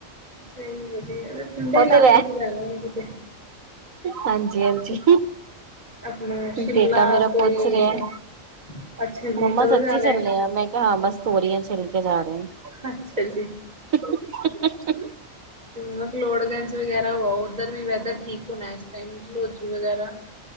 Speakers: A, on the right (about 30°); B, on the right (about 80°).
A: ਸਹੀ ਵਧੀਆ, ਠੰਡੇ
B: ਉਹ
A: ਇਲਾਕੇ
B: ਤੇ ਵੈ
A: ਚ ਜਾਨੇ ਆਂ ਕਿਤੇ
B: ਹਾਂਜੀ-ਹਾਂਜੀ,
A: ਆਪਣਾ
B: ਬੇਟਾ
A: ਸ਼ਿਮਲਾ
B: ਮੇਰਾ
A: ਕੋਈ
B: ਪੁੱਛ ਰਿਹਾ ਏ,
A: ਅੱਛਾ ਜੀ
B: ਮੰਮਾ
A: ਕਦੋਂ
B: ਸੱਚੀ
A: ਜਾਣਾ
B: ਚੱਲੇ
A: ਹੈ?
B: ਆਂ, ਮੈਂ ਕਿਹਾ ਹਾਂ ਬਸ ਤੋਰੀਆਂ ਛਿੱਲ ਕੇ ਜਾ ਰਹੇ ਆਂ।
A: ਅੱਛਾ ਜੀ।
B: <unintelligible>
A: ਮਕਲੋੜਗੰਜ ਵਗੈਰਾ ਹੋ ਆਓ, ਓਧਰ ਵੈਦਰ ਠੀਕ ਹੋਣਾ, ਇਸ ਟਾਈਮ ਡਲਹੌਜੀ ਵਗੈਰਾ।